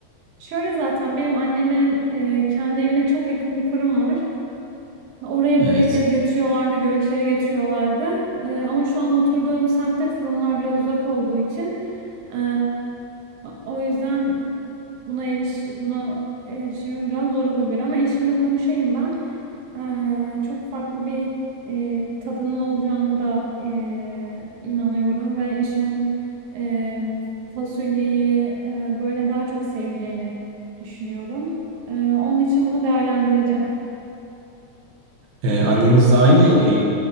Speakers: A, on the right; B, on the right.
A: Şöyle zaten benim annemin e, kendi evine çok yakın bir fırın var. Oraya
B: Evet.
A: börekleri götürüyorlardı, güveçleri götürüyorlardı. Ee, ama şu an oturduğum semtte fırınlar biraz uzak olduğu için ee, o yüzden buna eriş buna erişimim biraz zor olabilir ama eşimle konuşayım ben. Ee, çok farklı bir e, tadının olacağını da e, inanıyorum ve eşimin e, fasulyeyi e, böyle daha çok seveceğini düşünüyorum. Ee, onun için bunu değerlendireceğim.
B: E, annenizle aynı e,